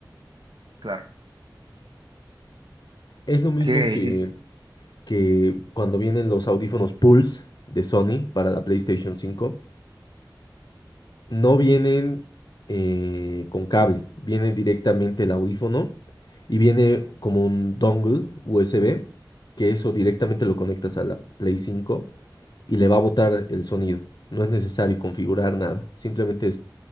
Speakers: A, on the right; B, on the left.
A: Claro.
B: Es lo mismo
A: Ok,
B: que,
A: y-
B: que cuando vienen los audífonos Pulse de Sony para la PlayStation 5. no vienen eh, con cable, viene directamente el audífono y viene como un dongle USB, que eso directamente lo conectas a la Play 5 y le va a botar el sonido. No es necesario configurar nada, simplemente es